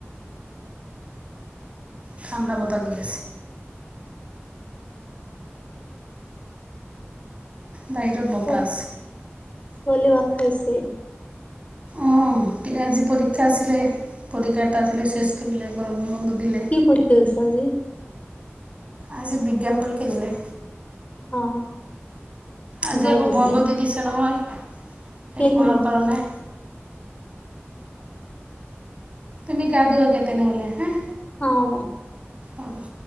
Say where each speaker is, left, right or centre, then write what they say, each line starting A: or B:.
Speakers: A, on the right; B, on the left.
A: ঠাণ্ডা বতাহ দি আছে।
B: <unintelligible>
A: বাহিৰত বতাহ
B: উম,
A: আছে
B: ছোৱালী ভাত খাইছে।
A: অ' আজি পৰীক্ষা আছিলে পৰীক্ষা এটা আছিলে চেছ কৰিলে গৰম বন্ধ দিলে
B: কি পৰীক্ষা হৈছে আজি।
A: আজি বিজ্ঞান পৰীক্ষা দিলে।
B: অ
A: আজি
B: ভাল
A: আকৌ
B: হৈছে
A: বন্ধ দি দিছে নহয়,
B: কেইদিন
A: এক মাহৰ কাৰণে। তুমি গা ধুৱাগে তেনেহ'লে হা।
B: অ'।
A: হ'ব